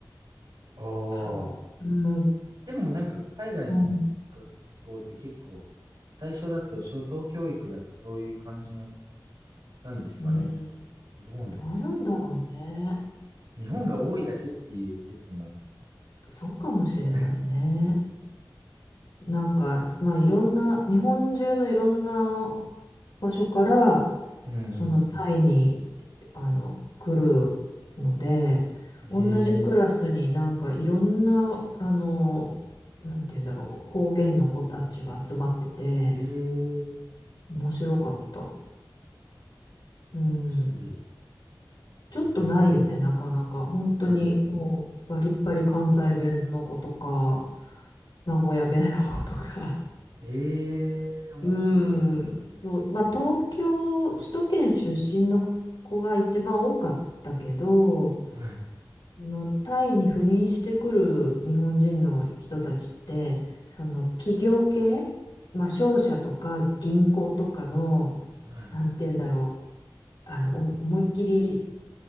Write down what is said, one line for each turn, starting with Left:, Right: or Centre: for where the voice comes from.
Right: ああ。
Left: 多分。うん。
Right: でもなんか海外の学校って結構、
Left: うん。
Right: 最初だと、初等教育だとそういう感じの、なんですかね。
Left: うん。
Right: どうなんですか。
Left: どうなんだろうね。
Right: 日本が多いだけっていう説も、
Left: そうかもしれないね。
Right: なきにしも。
Left: なんか、まあいろんな、日本中のいろんな場所から、
Right: うんう
Left: そのタイに、
Right: ん
Left: あの、来るので、
Right: うん。
Left: 同じクラスになんかいろんな、
Right: ええ
Left: あの、なんて言うんだろう、ほ方言の子たちが集まってて、
Right: ええ
Left: 面白かった。うん。
Right: 面白いです
Left: ちょっとないよね、
Right: ね。ええ
Left: なかなか。本当にもうバリッバリ関西弁の子とか、
Right: そうですね。
Left: 名古屋弁の子とか。
Right: ええ面白い。
Left: うーん、そう、まあ、東京、首都圏出身の子が一番多かったけど、
Right: はい、
Left: あのタイに赴任してくる日本人の人たちって、その企業系、まあ、商社とか銀行とかの、
Right: はい、
Left: なんて言うんだろう、あの、お思いっきり、